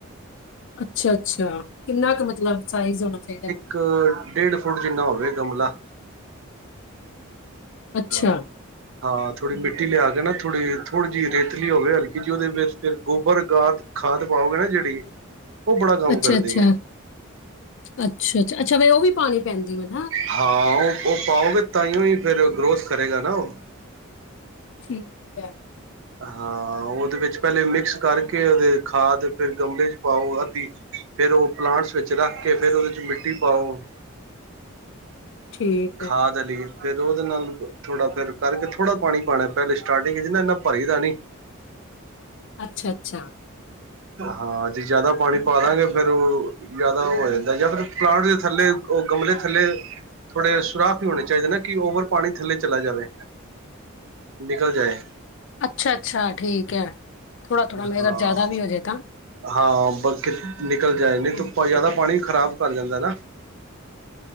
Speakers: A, on the left (about 60°); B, on the right (about 65°).
A: ਅੱਛਾ ਅੱਛਾ ਕਿੰਨਾ ਕ ਮਤਲਬ ਸਾਈਜ਼ ਹੋਣਾ ਚਾਹੀਦਾ।
B: ਇੱਕ-ਡੇਢ ਫੁੱਟ ਜਿੰਨਾ ਹੋਵੇ ਗਮਲਾ।
A: ਅੱਛਾ
B: ਹਾਂ। <unintelligible> ਹਾਂ ਥੋੜ੍ਹੀ ਮਿੱਟੀ ਲਿਆ ਕੇ ਨਾ, ਥੋੜ੍ਹੀ ਥੋੜੀ ਜਿਹੀ ਰੇਤਲੀ ਹੋਵੇ ਹਲਕੀ ਜਹੀ। ਉਹਦੇ ਵਿੱਚ ਫਿਰ ਗੋਬਰ ਗਾਤ ਖਾਦ ਪਾਓਗੇ ਨਾ ਜਿਹੜੀ ਉਹ ਬੜਾ ਕੰਮ
A: ਅੱਛਾ-ਅੱਛਾ,
B: ਕਰਦੀ ਹੈ
A: ਅੱਛਾ-ਅੱਛਾ-ਅੱਛਾ ਫੇਰ ਉਹ ਵੀ ਪਾਣੀ ਪੈਂਦੀ ਮਤ
B: ਹਾਂ ਉਹ ਉਹ ਪਾਓਗੇ ਤਾਂਹੀਓ, ਹੀ ਫੇਰ ਗਰੋਥ ਕਰੇਗਾ ਨਾ ਉਹ
A: ਠੀਕ ਐ।
B: ਹਾਂ ਉਹਦੇ ਵਿੱਚ ਪਹਿਲੇ ਮਿਕਸ ਕਰਕੇ ਉਹਦੇ, ਖਾਦ ਫੇਰ ਗਮਲੇ ਚ ਪਾਓ ਅੱਧੀ ਫੇਰ ਉਹ ਪਲਾਂਟਸ ਵਿੱਚ ਰੱਖ ਕੇ ਫੇਰ ਉਹਦੇ ਚ ਮਿੱਟੀ ਪਾਓ।
A: ਠੀਕ ਏ।
B: ਖਾਦ ਲਈਏ ਫੇਰ ਉਹਦੇ ਨਾਲ ਥੋੜਾ ਫੇਰ ਕਰਕੇ ਥੋੜਾ ਪਾਣੀ ਪਾਉਣਾ, ਪਹਿਲੇ ਸਟਾਰਟਿੰਗ ਜਾ ਨਾ ਇਨਾ ਭਰੀ ਦਾ ਨੀ।
A: ਅੱਛਾ-ਅੱਛਾ।
B: ਹਾਂ ਜੇ ਜਿਆਦਾ ਪਾਣੀ ਪਾ ਦਾਂਗੇ ਫੇਰ ਉਹ ਜ਼ਿਆਦਾ ਹੋ ਜਾਂਦਾ ਜਾਂ ਫਿਰ ਪਲਾਂਟ ਦੇ ਥੱਲੇ, ਉਹ ਗਮਲੇ ਥੱਲੇ ਥੋੜੇ ਸੁਰਾਖ ਵੀ ਹੋਣੇ ਚਾਹੀਦੇ, ਨਾ ਕਿ ਓਵਰ ਪਾਣੀ ਥੱਲੇ ਚਲਾ ਜਾਵੇ। ਨਿਕਲ ਜਾਏ।
A: ਅੱਛਾ-ਅੱਛਾ, ਠੀਕ ਐ, ਥੋੜ੍ਹਾ-ਥੋੜ੍ਹਾ ਮੇ
B: ਹਾਂ
A: ਅਗਰ ਜ਼ਿਆਦਾ ਵੀ ਹੋ ਜਾਏ ਤਾਂ
B: ਹਾਂ ਬਕ ਨਿਕਲ ਜਾਏ ਨਾ
A: ਠੀਕ
B: ਜ਼ਿਆਦਾ
A: ਹੈ
B: ਪਾਣੀ ਖ਼ਰਾਬ ਕਰ ਜਾਂਦਾ ਨਾ।